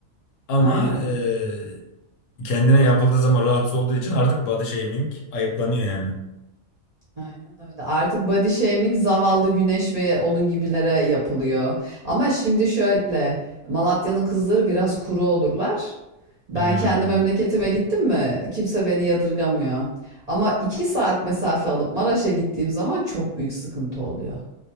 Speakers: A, on the left; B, on the right.
A: Ama
B: Aynen.
A: e, kendine yapıldığı zaman rahatsız olduğu için artık body shaming ayıplanıyor yani.
B: Aynen öyle. Artık body shaming zavallı Güneş ve onun gibilere yapılıyor. Ama şimdi şöyle, Malatya'nın kızları biraz kuru olurlar. Ben
A: Hmm.
B: kendi memleketime gittim mi kimse beni yadırgamıyor. Ama iki saat mesafe alıp Maraş'a gittiğim zaman çok büyük sıkıntı oluyor.